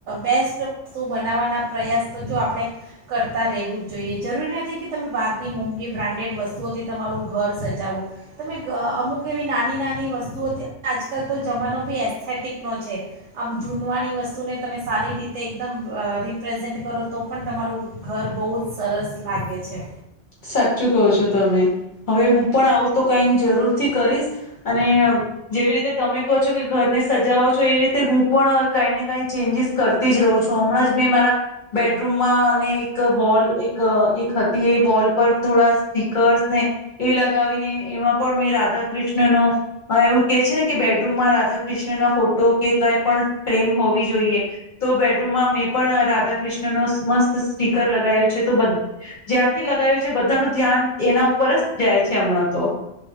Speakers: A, on the right; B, on the left.
A: બેસ્ટ વસ્તુ બનાવવાના પ્રયાસ તો જો આપણે કરતા રહેવું જ જોઈએ જરૂરી નથી કે તમે બહારની મોંઘી બ્રાન્ડેડ વસ્તુઓ થી તમારું ઘર સજાવો તમે અમુક એવી નાની નાની વસ્તુઓ આજકાલ તો જમાનો બી એસથેટિકનો છે આમ જૂનવાની વસ્તુને તમે સારી રીતે એકદમ રિપ્રેઝેન્ટ કરો તો પણ તમારું ઘર બહુ જ સરસ લાગે છે.
B: સાચું કહો છો તમે હવે હું પણ આવું તો કઈ જરૂર થી કરીશ અને જેવી રીતે તમે કહો છો કે ઘરને સજાવો છો એવી રીત તે હું પણ કઈને કઈ ચેન્જજીસ કર તેજ રહું છું હમણાં જ મેં મારા બેડરૂમમાં ને એક વોલ એક એક હતી એ વોલ પર થોડા સ્ટીકર્સ ને એ લગાવીને એમાં પણ મેં રાધા કૃષ્ણ નુ એવું કે છે ને કે બેડરૂમમાં રાધા કૃષ્ણના ફોટો કે કઈ પણ ફ્રેમ હોવી જોઈએ. તો બેડરૂમમાં મેં પણ રાધાકૃષ્ણ નો મસ્ત સ્ટીકર લગાવું છે તો બધ જ્યારથી લગાવી છ બધાનું ધ્યાન એના ઉપર જ જાય છે હમણાં તો.